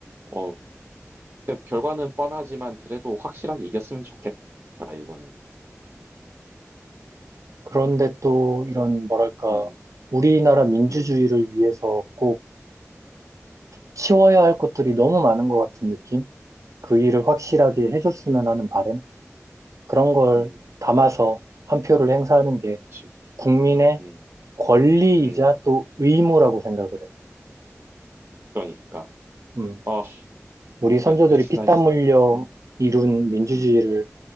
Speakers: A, on the right; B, on the right.
A: 어, 근데 결과는 뻔하지만 그래도 확실하게 이겼으면 좋겠다, 이번에.
B: 그런데 또 이런 뭐랄까
A: 음,
B: 우리나라 민주주의를
A: 음,
B: 위해서 꼭 치워야 할 것들이 너무 많은 것 같은 느낌? 그 일을 확실하게 해줬으면 하는 바램? 그런 걸
A: 음.
B: 담아서 한 표를 행사하는 게
A: 그치.
B: 국민의
A: 음,
B: 권리이자
A: 음,
B: 또 의무라고 생각을 해.
A: 그러니까.
B: 음,
A: 아,
B: 우리 선조들이
A: 그래, <laughs> 여튼
B: 피땀
A: 나 있어.
B: 흘려
A: 음,
B: 이룬 민주주의를
A: 음,